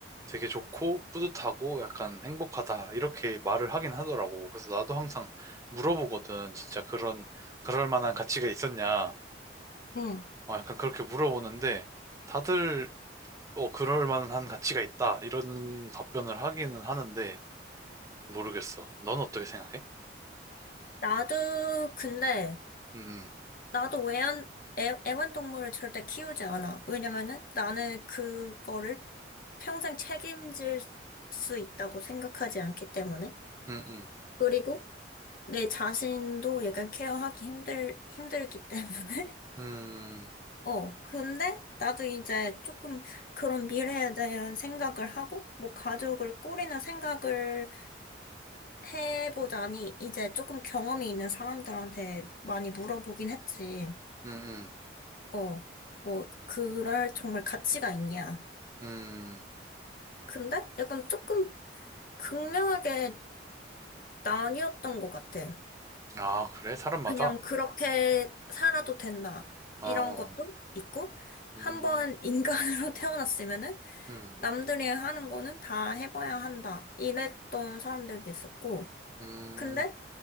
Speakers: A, on the right (about 15°); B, on the left (about 50°).
A: 되게 좋고, 뿌듯하고, 약간 행복하다. 이렇게 말을 하긴 하더라고. 그래서 나도 항상 물어보거든. 진짜 그런, 그럴 만한 가치가 있었냐.
B: 응.
A: 어, 약간 그렇게 물어보는데, 다들, 어, 그럴 만한 가치가 있다. 이런 답변을 하기는 하는데, 모르겠어. 넌 어떻게 생각해?
B: 나도 근데
A: 음,
B: 나도 애완, 애, 애완동물을 절대 키우지 않아. 왜냐면은 나는 그거를 평생 책임질 수 있다고 생각하지 않기 때문에.
A: 음, 음,
B: 그리고 내 자신도 약간 케어하기 힘들, 힘들기 때문에. <laughs>
A: 음. 음.
B: 어, 근데 나도 이제 조금 그런 미래에 대한 생각을 하고, 뭐 가족을 꾸리는 생각을 해보자니 이제 조금 경험이 있는 사람들한테 많이 물어보긴 했지.
A: 음,
B: 어, 뭐, 그럴 정말 가치가 있냐.
A: 음, 음.
B: 근데 약간 조금 극명하게 나뉘었던 것 같아.
A: 아, 그래? 사람마다?
B: 그냥 그렇게 살아도 된다.
A: 아,
B: 이런
A: 어.
B: 것도 있고, 한
A: 음,
B: 번 인간으로 <laughs> 태어났으면은
A: 음,
B: 남들이 하는 거는 다 해봐야 한다. 이랬던 사람들도 있었고,
A: 음,
B: 근데